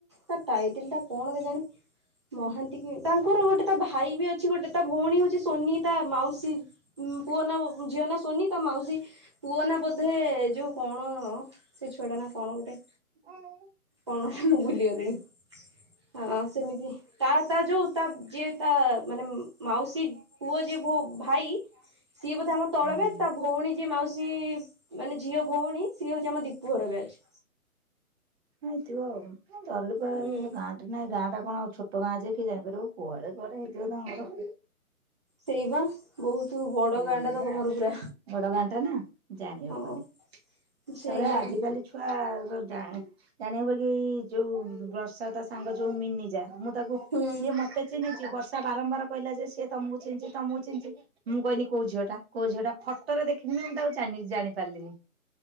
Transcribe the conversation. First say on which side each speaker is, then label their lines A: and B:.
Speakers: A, on the right; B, on the right.
A: ତା ଟାଇଟଲ ଟା କଣ କେଜାଣି ମହାନ୍ତି କି? ତାଙ୍କର ଗୋଟେ ତା ଭାଇ ବି ଅଛି ଗୋଟେ। ତା ଭଉଣୀ ହଉଛି ସୋନି ତା ମାଉସୀ ମ୍ ପୁଅ ନା ଝିଅ ନା ସୋନି ତା ମାଉସୀ ପୁଅ ନା ବୋଧେ ଯୋଉ କଣ ସେ ଛୁଆଟା ନା କଣ ଗୋଟେ?
B: <unintelligible>
A: କଣ ମୁଁ ଭୁଲିଗଲିଣି। ହଁ ସେମିତି ତା ତା ଯୋଉ ତା ଯିଏ ତା ମାନେ ମାଉସୀ ପୁଅ ଯିଏ ମୋ ଭାଇ ସିଏ ବୋଧେ ଆମ
B: ତାଙ୍କର?
A: ତଳ ବ୍ୟାଚ୍ ତା ଭଉଣୀ ଯିଏ ମାଉସୀ ମାନେ ଝିଅ ଭଉଣୀ ସିଏ ହଉଛି ଆମ ଦୀପୁ ଘର ବ୍ୟାଚ୍।
B: ହେଇଥିବ ଆଉ। ଧରୁପ
A: ହୁଁ।
B: ସେଟା ଗାଁ ନାଇଁ ଗାଁ ଟା କଣ ଛୋଟ ଗାଁ ଯେ କିଏ ଜାଣିପାରିବ କୁଆଡେ କୁଆଡେ ହେଇଥିବ ତାଙ୍କର।
A: ସେଇବା। ବହୁତ ବଡ
B: ହୁଁ
A: ଗାଁ ଟା ତ ତମର ପୁରା
B: ବଡ ଗାଁ ଟା ନା ଜାଣି
A: ହଁ
B: ହେବନି। ତାପରେ
A: ସେଇଆ
B: ଆଜିକାଲି ଛୁଆ ଜାଣ ଜାଣି ହବ କି ଯୋଉ ବର୍ଷା ତା ସାଙ୍ଗ ଯୋଉ ମିନିଜା ମୁଁ ତାକୁ
A: ହୁଁ
B: ସିଏ ମତେ ଚିହ୍ନିଛି ବର୍ଷା ବାରମ୍ବାର କହିଲା ଯେ ସିଏ ତମକୁ ଚିହ୍ନିଛି ତମକୁ ଚିହ୍ନିଚି। ମୁଁ କହନି କୋଉ ଝିଅଟା। କୋଉ ଝିଅଟା ଫଟୋରେ ଦେଖିନି ମୁଁ ତାକୁ ଜାଣି ପାରିଲିନି।